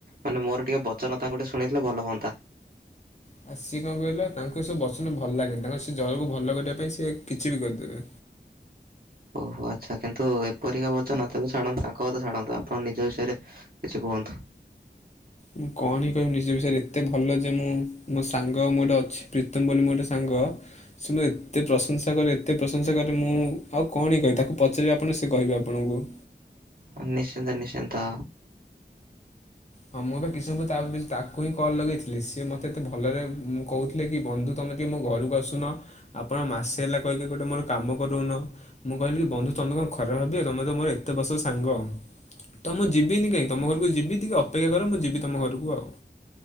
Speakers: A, on the right; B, on the left.
A: ମାନେ ମୋର ଟିକେ ବଚରଧା ଗୋଟେ ଶୁଣେଇଥିଲେ ଭଲ ହୁଆନ୍ତା।
B: ଆଉ ସିଜ କଣ କହିଲ ତାଙ୍କୁ ସେ ବଚନ ଭଲ ଲାଗେନି। ତାଙ୍କର ସେ ଜରକୁ ଭଲ କରିବା ପାଇଁ ସେ କିଛି ବି କରିଦେବେ।
A: ଓହୋ ଆଚ୍ଛା କିନ୍ତୁ ଏପରିକା ବଚନ ତେବେ ଛାଡନ୍ତୁ ତାଙ୍କ କଥା ଛାଡନ୍ତୁ ଆପଣ ନିଜ ବିଷୟରେ କିଛି କୁହନ୍ତୁ।
B: ମୁଁ କଣ ହିଁ କହିବି ନିଜ ବିଷୟରେ ଏତେ ଭଲ ଯେ ମୁଁ ମୋ ସାଙ୍ଗ ମୁଁ ଗୋଟେ ଅଛି ପ୍ରୀତମ ବୋଲି ମୋ ଗୋଟେ ସାଙ୍ଗ ସେ ମୋର ଏତେ ପ୍ରଶଂସା କରେ ଏତେ ପ୍ରଶଂସା କରେ। ମୁଁ ଆଉ କଣ ହିଁ କହିବି ତାକୁ ପଚାରିବେ ଆପଣ ସେ କହିବେ ଆପଣଙ୍କୁ।
A: ହଁ ନିଶ୍ଚିନ୍ତ ନିଶ୍ଚିନ୍ତ।
B: ହଁ ମୁଁ ଏବେ କିଛି ସମୟ ପୁର୍ବରୁ ତା କତିକି ତାକୁ ହିଁ କଲ ଲଗେଇଥିଲି। ସିଏ ମତେ ଏତେ ଭଲରେ ମୁଁ କୋହୁଥିଲେ କି ବନ୍ଧୁ ତମେ ଟିକ ମୋ ଘରକୁ ଆସୁନ। ଆପଣ ମାସେ ହେଲା କହି କହି ଗୋଟେ ମୋର କାମ କରି ଦୋଉନ। ମୁଁ କହିଲି ବନ୍ଧୁ ତମେ କଣ ଖରାପ ଭାବିବ ବ ତମେତ ମୋର ଏତେ ବର୍ଷର ସାଙ୍ଗ। ତ ମୁଁ ଯିବିନି କାଇଁ ତମ ଘରକୁ ଯିବି ଟିକେ ଅପେକ୍ଷା କର। ମୁଁ ଯିବି ତମ ଘରକୁ ଆଉ।